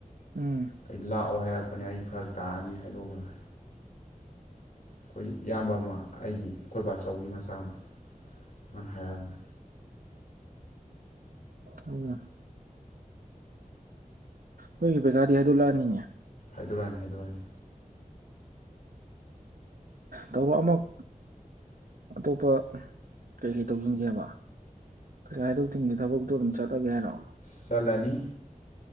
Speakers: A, on the right; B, on the left.
A: ꯎꯝ
B: ꯑꯩ ꯂꯥꯛꯑꯣ ꯍꯥꯏꯔꯛꯄꯅꯦ ꯑꯩ ꯐꯔꯛ ꯇꯥꯔꯅꯤ ꯍꯥꯏꯗꯣꯛꯈ꯭ꯔꯅꯤ ꯑꯩꯈꯣꯏ ꯏꯌꯥꯝꯕ ꯑꯃ ꯑꯩꯒꯤ ꯑꯩꯈꯣꯏꯕꯥꯆꯧꯒꯤ ꯃꯆꯥ ꯑꯃ ꯃꯥꯅ ꯍꯥꯏꯔꯛꯑꯝꯃꯦ
A: ꯎꯝ ꯅꯣꯏꯒꯤ ꯄꯩꯀꯥꯗꯤ ꯍꯥꯏꯗ ꯂꯥꯛꯑꯅꯤꯅꯦ
B: ꯍꯥꯏꯗꯣꯔꯥꯅꯤ ꯍꯥꯏꯗꯣꯔꯅꯤ
A: ꯇꯔꯣ ꯑꯃꯨꯛ ꯑꯇꯣꯞꯄ ꯀꯔꯤꯀꯩ ꯇꯧꯁꯤꯟꯒꯦꯕ ꯄꯩꯁꯥ ꯍꯥꯏꯗꯣꯛꯇꯤꯟꯒꯤ ꯊꯕꯛꯇꯣ ꯑꯗꯨꯝ ꯆꯠꯂꯒꯦ ꯍꯥꯏꯔꯣ
B: ꯆꯂꯅꯤ